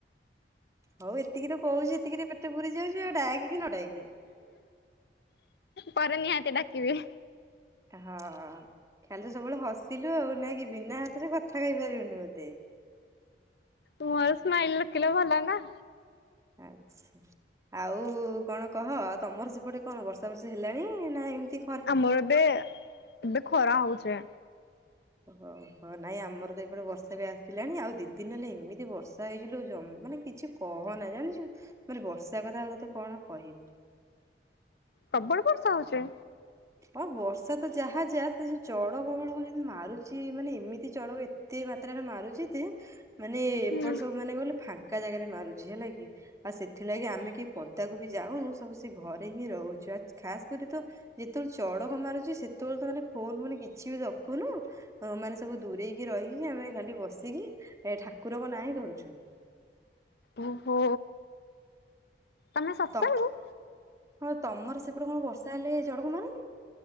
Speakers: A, on the right (about 15°); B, on the left (about 70°).
A: ହଉ ଏତିକିରେ କହୁଛି ଏତିକିରେ ପେଟ ପୁରୀ ଯାଉଛି ଆଉ ଡାକ କି ନ ଡାକେ।
B: ପରେ ନିହାତି ଡାକିବେ।
A: ହଁ ଖାଲି ତ ସବୁବେଳେ ହସିଲୁ ଆଉ ନାଇଁ କି, ବିନା ହସରେ କଥା କହିପାରିବୁନି ବୋଧେ।
B: ମୋ ସ୍ମାଇଲ୍ ଦେଖିଲେ ଭଲ ନା।
A: ଆଚ୍ଛା ଆଉ କଣ କହ, ଆଉ ତମର ସେପଟେ କଣ ବର୍ଷା ବର୍ଷି ହେଲାଣି ନା ଏମ୍ତି?
B: ଆମର ଏବେ, ଏବେ ଖରା ହଉଚି।
A: ଓହୋହୋ ନାଇଁ ଆମର ତ ଏପଟେ ବର୍ଷା ବି ଆ ସିଲାଣି ଆଉ ଦି ଦିନ୍ ହେଲା ଏମିତି ବର୍ଷା ହେଇଚିଲୋ ଜ ମାନେ କିଛି କହନା, ଜାଣିଚୁ ମାନେ ବର୍ଷା କଥା ଆଉ ତତେ କଣ କହିବି।
B: ପ୍ରବଳ ବର୍ଷା ହଉଚି?
A: ହଁ ବର୍ଷା ତ ଯାହା ଯା ସେ <unintelligible> ଚଡକ ଫଡକ ଯେନ୍ତି ମାରୁଚି ମାନେ ଏମିତି ଚଡକ ଏତେ ମାତ୍ରାରେ ମାରୁଚି ଯେ ମାନେ
B: ହୁଁ।
A: ଏପଟେ ସବୁ ମାନେ କଣ କହିଲୁ ଫାଙ୍କା ଜାଗାରେ ମାରୁଚି ହେଲା କି। ଆଉ ସେଥିଲାଗି ଆମେ କେହି ପଦାକୁ ବି ଯାଉନୁ, ସବୁ ସେ ଘରେ ହିଁ ରହୁଚୁ ଆ ଖାସ୍ କରି ତ ଯେତବଳେ ଚଡକ ମାରୁଚି ସେତବଳେ ତ ମାନେ ଫୋନ୍-ଫୋନ୍ କିଛି ବି ରଖୁନୁ ହଁ ମାନେ ସବୁ ଦୂରେଇକି ରହିକି ଆମେ ଖାଲି ବସିକି ଏ ଠାକୁରଙ୍କ ନାଁ ହିଁ ଧରୁଚୁ।
B: ଓହୋ, ତମେ <unintelligible>
A: ତ ହଁ, ତମର ସେପଟେ କଣ ବର୍ଷା ହେଲେ ଚଡକ ମାରେନି?